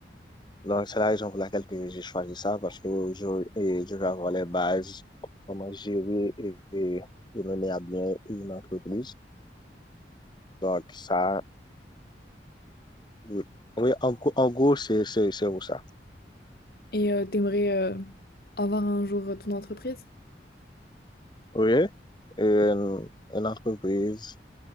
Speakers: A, on the left; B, on the left.
A: Donc, c'est la raison pour laquelle que j'ai choisi ça, parce que je, et je vais avoir les bases, comment gérer et, et, et mener à bien une entreprise. Donc, ça, oui, Oui, en, en gros, c'est, c'est, c'est où ça.
B: Et euh, t'aimerais euh, avoir un jour euh, ton entreprise?
A: Oui, une, une entreprise,